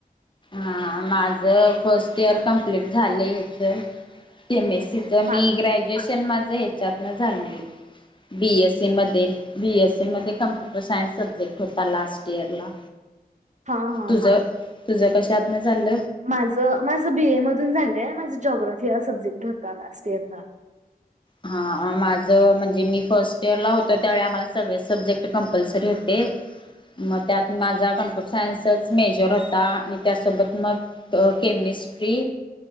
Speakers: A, on the left (about 30°); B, on the right (about 50°).
A: हा माझ फर्स्ट इयर कम्प्लीट झालं हेच एम ए सी. तर
B: हा
A: मी ग्रॅज्युएशन माझं ह्याच्यातनं झाले. बी एस सी मध्ये बी एससी मध्ये कम्प्युटर सायन्स सब्जेक्ट होता लास्ट इयरला
B: हा
A: तुझ तुझ कशात न झाल?
B: माझ माझ बीए मधून झालंय. माझ जॉग्राफी हा सब्जेक्ट होता लास्ट इयरला.
A: हा माझं म्हणजे मी फर्स्ट इयर ला होतो. त्यावेळी, आम्हाला सगळे सब्जेक्ट कंपल्सरी होते. मग त्यात माझा कम्प्युटर सायन्सचाच मेजर होता आणि त्यासोबत मग केमिस्ट्री